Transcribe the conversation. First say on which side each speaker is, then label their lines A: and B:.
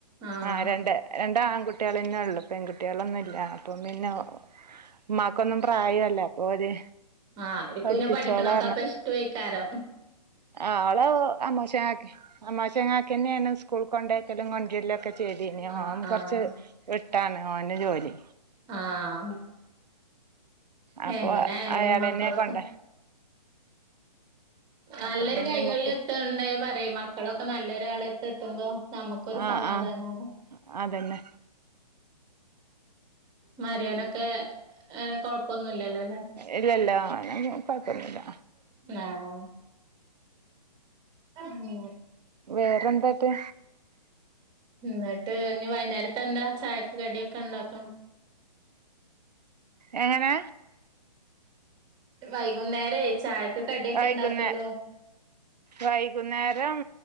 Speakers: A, on the right (about 20°); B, on the right (about 80°).
A: ആഹ്
B: ആരാണ്ടെ രണ്ട് ആൺകുട്ടികളെന്നെ ഉള്ളു പെൺകുട്ടികളൊന്നുല്ല അപ്പം പിന്നെ ഉമ്മാക്കൊന്നും പ്രായല്ലേ അപ്പൊ ഓര്
A: ആ അവർക്കു
B: പഠിപ്പിച്ചോളാ
A: പിന്ന പഠിക്കണൊക്കെ അപ്പൊ ഇഷ്ടംമായിക്കാരം
B: ആള അമ്മോശങ്ങാക്കെ അമ്മോശങ്ങാക്കിന്നെയാണ് സ്കൂൾ കൊണ്ടേ ക്കലും കൊഞ്ചലൊക്കെ ചെയ്തീനി
A: ആഹ്
B: ഓൻ
A: ആഹ്
B: കുറച്ച് വിട്ടാണ് ഓന്റെ ജോലി
A: ആഹ്
B: അപ്പൊ
A: എങ്ങനെ ആയാലും
B: അയാളന്നെ
A: മക്കളൊക്കെ
B: കൊണ്ട
A: നല്ലൊരു
B: അപ്പം പിന്നെ
A: കൈകളിൽ
B: നമ്മക്ക്
A: എത്തണ്ടേ പറയും മക്കളൊക്കെ നല്ലൊരാളത്ത് എത്തുമ്പോ നമുക്കൊരു
B: ആഹ്
A: സമാധാനാണ്
B: ആഹ് അതന്നെ
A: മരിയോനൊക്കെ എ കൊഴപ്പൊന്നുല്ലല്ലോ ല്ലേ
B: ഇല്ലല്ല കൊഴപ്പോന്നില്ല
A: ആഹ് മ്
B: വേറെന്താട്ട്
A: എന്നിട്ട് ഇനി വൈകുന്നേരത്തെ എന്താ ചായക്ക് കടിയൊക്കെ ഉണ്ടാക്കൊ
B: എങ്ങനെ
A: ട്ട് വൈകുന്നേരെ ചായക്ക് കടിയൊക്കെ
B: വൈകുന്നേ
A: ഇണ്ടാക്കല്
B: വൈകുന്നേരം